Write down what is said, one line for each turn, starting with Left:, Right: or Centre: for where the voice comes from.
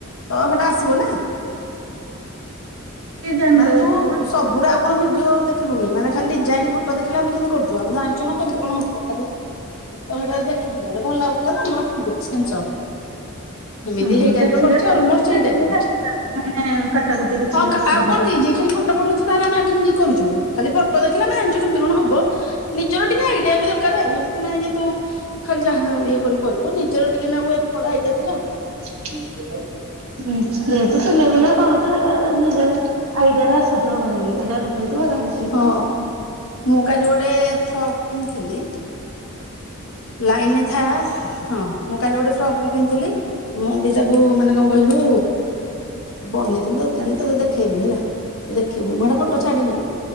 Left: ତହେଟା ଆସିବନା।
Right: ଡିଜାଇନ
Left: ମାନେ
Right: ଦଉଛୁ
Left: ତୁ ସବୁର ଆଉ କଣ ଭି ଭିଡିଓ ଦେଖିବୁକି ମାନ ଖାଲି ଡିଜାଇନ୍ ଫଟୋ ଦେଖିଲେ ଆମେ କେମତି କରୁଚୁ ଆମେ ଜାଣିଚୁ କେମିତି କଣ ହବ ଖାଲି ତମେଟା ଦେଖିଥିଲି ଗୋଟେ ଭଲ ଲାଗୁଥିଲା ନା ମୁଁ ରଖିଦଉଛି ଚ୍ଛେଞ୍ଚ। ଏମିତି
Right: ଓହୋ
Left: ହେ ଟାଇପରେ
Right: ଦେଖିଦେଲେ
Left: କର୍ଚି ଅଲ ମୋଷ୍ଟ
Right: ଦେଖିଦେଲେ
Left: ସେଇ ଟାଇପର କରିଚି
Right: ମାନେ କାଟାକୁଟି କିଛି
Left: ହଁ କା
Right: ଅସୁବିଧା
Left: ଆଉ କଣ କି ଯି ଖାଲି ଫଟୋ ପଠଉଛି ତାହଲେ ଆମେ <unintelligible> କରଛୁ ଖାଲି ଫଟୋ ଦେଖେଲେ ଆମେ ଜାଣିଚୁ କେମିତି କଣ ହବ। ନିଜର ଟିକେ ଆଇଡିଆ ବି ଦର କାରେ ଆଉ ଏମିତି ନାଇଁ ଯେ ତୁ ଖାଲି ଯାହା ଇଏ କରିବୁ କରିବୁ ନିଜର ଟିକେ ନାଉ ଏ ଫଡା ଆଇଡିଆ ଥିଲା।
Right: <inaudible> <unintelligible> ଏଇଟା
Left: ହଁ ମୁଁ କାଲି ଗୋଟେ ଫ୍ରକ୍ ପିନ୍ଧିଥିଲି ଲାଇନ ରେ ଥା ହଁ ମୁଁ କାଲି ଗୋଟେ ଫ୍ରକ୍ ବି ପିନ୍ଧଥିଲି। ମୁଁ ବି ତାକୁ ମାନେ କଂ କହିଲୁ ବନେଇଥିଲି
Right: ଏମିତି
Left: <unintelligible> ଦେଖେଇବି ହେଲା ତୁ ଦେଖିବୁ ମୁଁ ଏଟା ଫଟୋ ଛାଡିନି